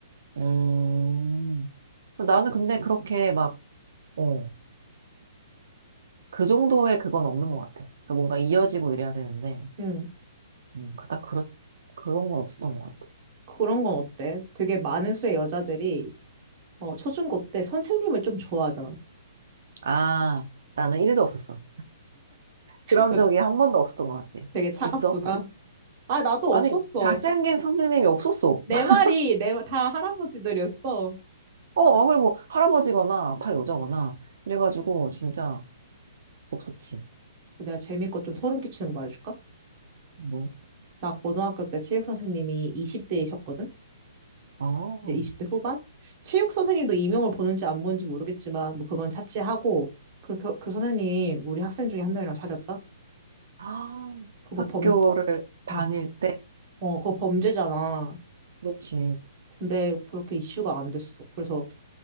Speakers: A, on the right; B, on the right.
A: 음. 나는 근데 그렇게 막, 어, 그 정도의 그건 없는 것 같아. 그러니까 뭔가 이어지고 이래야 되는데,
B: 응.
A: 음, 그 딱 그렇, 그런 건 없었던 것 같아.
B: 그런 건 어때? 되게 많은 수의 여자들이 어, 초중고 때 선생님을 좀 좋아하잖아.
A: 아, 나는 일도 없었어. 그런
B: 너
A: 적이 한 번도 없었던 것 같아.
B: 되게 차갑구나.
A: 있어?
B: 아, 나도
A: 아니,
B: 없었어.
A: 잘생긴
B: 자-
A: 선생님이 없었어.
B: 내
A: <laughs>
B: 말이 내 말- 다 할아버지들이었어.
A: 어, 아, 그리고 할아버지거나 다 여자거나. 그래가지고 진짜 없었지.
B: 그 내가 재밌고 좀 소름 끼치는 거 말해줄까?
A: 뭐,
B: 나 고등학교 때 체육 선생님이 20대이셨거든?
A: 아,
B: 이제 20대 후반? 체육 선생님도 이명을 보는지 안 보는지 모르겠지만, 뭐 그건 차치하고, 그, 그, 그 선생님, 우리 학생 중에 한 명이랑 사귀었다?
A: 아,
B: 그거
A: 학교를
B: 범, 범-
A: 다닐
B: 어,
A: 때.
B: 어, 그거 범죄잖아.
A: 그렇지.
B: 근데 그렇게 이슈가 안 됐어. 그래서,